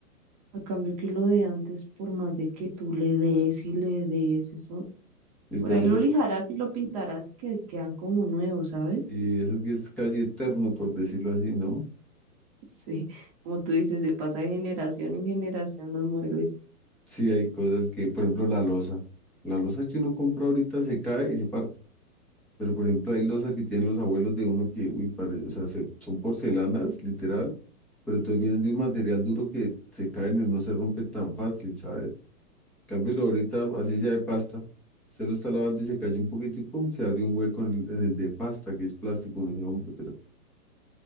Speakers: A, on the right; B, in the centre.
A: a cambio que lo de antes, por más de que tú le des y le des eso,
B: literalmente,
A: por ahí lo lijarás y lo pintarás y que quedan como nuevos, ¿sabes?
B: y eso que es casi eterno, por decirlo así, ¿no?
A: Sí, como tú dices, se pasa de generación en generación los muebles.
B: Sí, hay cosas que, por ejemplo, la loza, la loza que uno compra ahorita se cae y se parte, pero por ejemplo, hay loza que tienen los abuelos de uno que, uy, pare- o sea, se- son porcelanas, literal, pero entonces vienen de un material duro que se caen y no se rompen tan fácil, ¿sabes? Cámbialo ahorita, así sea de pasta. Usted lo está lavando y se cayó un poquito y pum, se abrió un hueco en el, en el de pasta, que es plástico. Me decía, hombre, pero